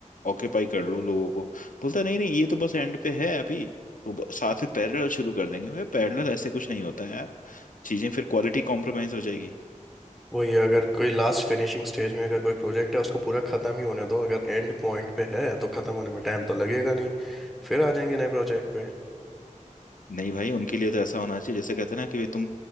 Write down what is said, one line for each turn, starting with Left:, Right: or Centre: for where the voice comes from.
Left: ऑक्यूपाई कर लो लोगों को बोलता नहीं नहीं ये तो बस एंड पे है अभी तो ब- साथ में पैरेलल शुरू कर देंगे मैं पैरेलल ऐसे कुछ नहीं होता है यार चीजें फिर क्वालिटी कॉम्प्रोमाइज हो जाएगी
Centre: वही अगर कोई लास्ट फिनिशिंग स्टेज में अगर कोई प्रोजेक्ट है उसको पूरा ख़त्म ही होने दो अगर एंड पॉइंट पे है तो ख़त्म होने में टाइम तो लगेगा नहीं फिर आ जाएंगे नए प्रोजेक्ट पे
Left: नहीं भाई उनके लिए तो ऐसा होना चाहिए जैसे कहते हैं ना कि भाई तुम